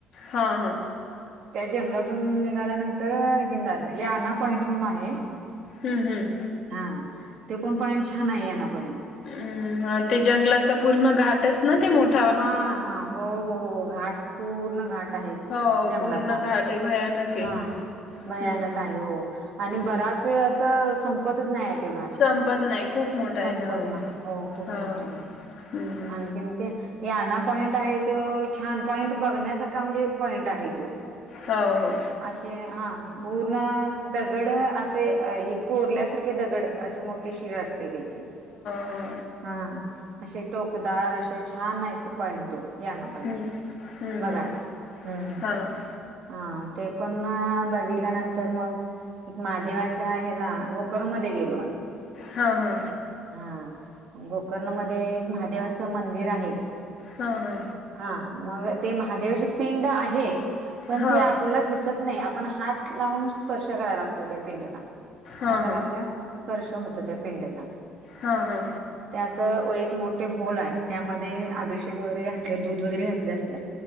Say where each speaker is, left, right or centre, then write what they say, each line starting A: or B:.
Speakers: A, on the left; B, on the right.
A: हा
B: <inaudible>
A: हा
B: त्या जंगलातून निघाल्यानंतर हिलं आहे याना पॉईंट म्हणून आहे.
A: हम्म हम्म.
B: हा ते पण पॉईंट छान आहे याना पॉईंट.
A: हम् ते जंगलाचा पूर्ण घाटच ना ते मोठ.
B: हा हा हो हो हो घाट पूर्ण घाट. आहे
A: हो
B: जंगलाचा
A: पूर्ण घाट आहे भयानक आहे.
B: हा भयानक
A: हम्म
B: आहे हो आणि
A: हम्म
B: बराच वेळ असं संपतच नाही आहे ते घाट.
A: संपत नाही खूप मोठा
B: संपत
A: आहे हो
B: ना हो खूप
A: हो
B: मोठा आहे
A: हम्म हम्म
B: आणखीन ते. याना पॉइंट आहे तो छान पॉईंट बघण्यासारखा म्हणजे पॉईंट आहे तो.
A: हो हो.
B: असे हा. पूर्ण दगड असे हे कोरल्यासारखे दगड अशी मोठी शिळ असते त्याची.
A: हो हो
B: <inaudible> हा असे टोकदार असे छान आहे. पॉईंट टू यां ना पॉईंट
A: हम्म हम्म
B: बघायला
A: हम्म
B: हम्.
A: हां
B: हा ते पण बघितल्यानंतर मग. एक महादेवाच्या हला गोकर्म मध्ये गेलो आम्ही.
A: हा हा.
B: हा गोकर्ण मध्ये एक महादेवाचं मंदिर आहे.
A: हा हा.
B: हा मग ते महादेवाची पिंड आहे पण
A: हां
B: ती आपल्याला दिस दिसत नाही आपण हात लावून स्पर्श करायला लागतो त्या पिंडीला
A: हां
B: हाताला
A: हां
B: आपल्या स्पर्श होतो त्या पिंड्याचा.
A: हा हा.
B: त्याचं एक मोठे होल आहे त्यामध्ये अभिषेक वगैरे. दूध वगैरे घातलं असत